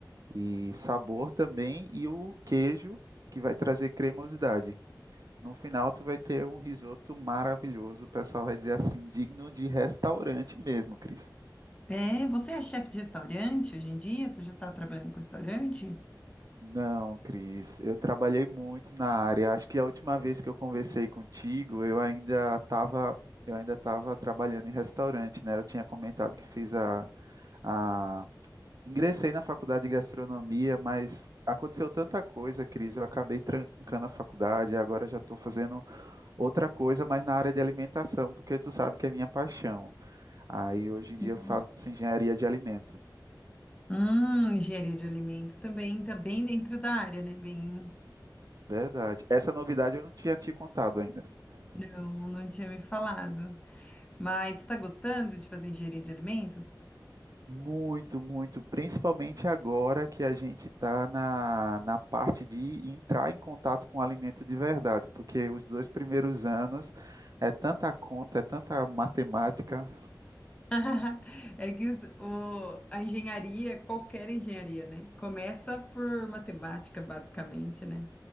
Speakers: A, on the right; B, on the left.
A: e sabor também, e o queijo, que vai trazer cremosidade. No final, tu vai ter um risoto maravilhoso. O pessoal vai dizer assim, digno de restaurante mesmo, Cris.
B: É, você é chefe de restaurante hoje em dia? Você já está trabalhando com restaurante?
A: Não, Cris, eu trabalhei muito na área. Acho que a última vez que eu conversei contigo, eu ainda estava, eu ainda estava trabalhando em restaurante, né? Eu tinha comentado que fiz a a Ingressei na faculdade de gastronomia, mas aconteceu tanta coisa, Cris. Eu acabei trancando a faculdade e agora já estou fazendo outra coisa, mas na área de alimentação, porque tu sabe que é minha paixão. Aí hoje em dia
B: Sim.
A: eu faço engenharia de alimento.
B: Hum, engenharia de alimento também está bem dentro da área, né? Bem,
A: Verdade. Essa novidade eu não tinha te contado ainda.
B: não, não tinha me falado. Mas você está gostando de fazer engenharia de alimentos?
A: Muito, muito, principalmente agora que a gente está na, na parte de entrar em contato com o alimento de verdade, porque os dois primeiros anos é tanta conta, é tanta matemática,
B: <laughs> É que os- o, a engenharia, qualquer engenharia, né? Começa por matemática, basicamente, né?